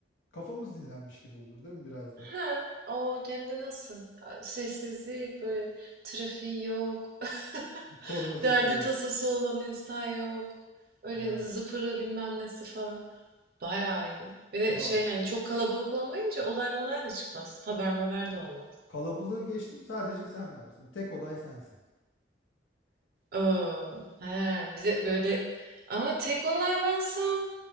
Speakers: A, on the left; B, on the right.
A: Kafamız dinlenmiş gibi olur değil mi biraz
B: Ha,
A: da?
B: o hem de nasıl? Sessizlik böyle trafiği yok. <laughs>
A: Korna sesi
B: Derdi
A: yok.
B: tasası olan insan yok. Öyle
A: Yani
B: zıpırı bilmem nesi falan. Bayağı iyi. Bir de
A: o
B: şey hani çok kalabalık olmayınca olay molay da çıkmaz. Haber haber de olmaz.
A: kalabalığı geçtim sadece sen varsın. Tek olay sensin.
B: Oo, he, bize böyle ama tek olay bensem